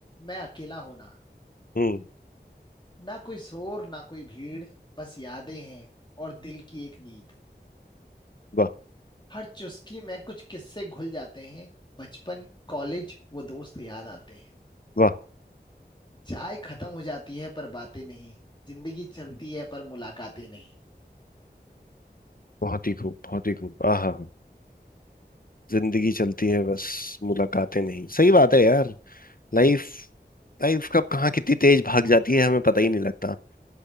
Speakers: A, on the left; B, on the left.
A: मैं अकेला होना
B: हम्म,
A: ना कोई शोर ना कोई भीड़ बस यादें हैं और दिल की एक नींद
B: वाह
A: हर चुस्की में कुछ किस्से घुल जाते हैं बचपन कॉलेज वो दोस्त याद आते हैं
B: वाह
A: चाय खत्म हो जाती है पर बातें नहीं जिंदगी चलती है पर मुलाकातें नहीं
B: बहुत ही खूब बहुत ही खूब आहा जिंदगी चलती है बस मुलाकातें नहीं सही बात है यार लाइफ लाइफ कब कहाँ कितनी तेज भाग जाती है हमें पता ही नहीं लगता